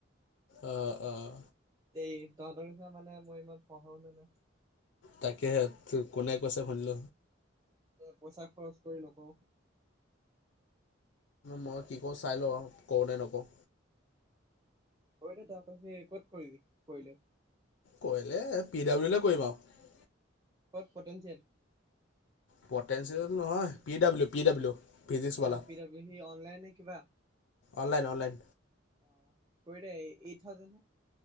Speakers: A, on the left; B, on the right.
A: অঁ অঁ
B: এই তহঁতৰ নিচনা মানে মই ইমান পঢ়া-শুনা নাই
A: তাকেহে, কোনে কৈছে শুনি'ল
B: পইচা খৰচ কৰি নকওঁ
A: মই কি কৰো চাই লওঁ আৰু কৰোঁনে নকৰোঁ।
B: কৈদে তই আকৌ সি ক'ত কৰিবি কৰিলে?
A: কৰিলে, পি ডাব্লিউলে কৰিম আৰু
B: কত পটেনচিয়েল?
A: পটেঞ্চিয়েল নহয়, পি ডাব্লিউ, পি ডাব্লিউ Physics Wallah
B: অহ, P W C online নে কিবা?
A: অনলাইন-অনলাইন
B: অ' কৰি দে এ-এইট থাউজেণ্ড হে।